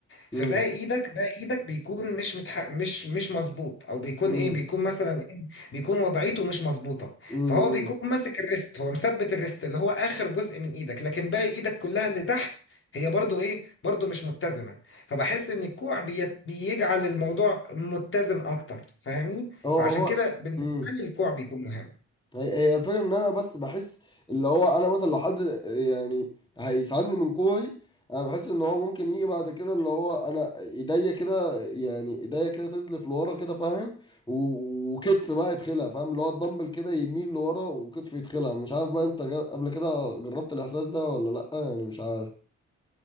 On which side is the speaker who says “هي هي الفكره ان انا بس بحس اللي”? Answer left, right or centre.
Left